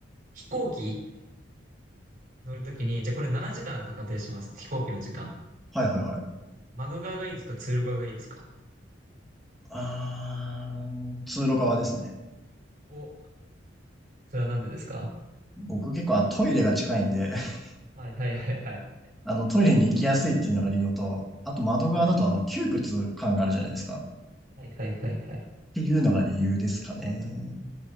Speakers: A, on the right; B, in the centre.
A: 飛行機乗るときに、じゃあこれ7時間だと仮定します。飛行機の時間。
B: はい、はい、はい。
A: 窓側がいいですか通路側がいいですか
B: あー、通路側ですね。
A: お、それはなんでですか
B: 僕結構あトイレが近いんで、<laughs>
A: はいはいはいはい。
B: あのトイレに行きやすいっていうのが理由のと、あと窓側だとあの窮屈感があるじゃないですか。
A: はい。はいはいはいはい。
B: っていうのが理由ですかね。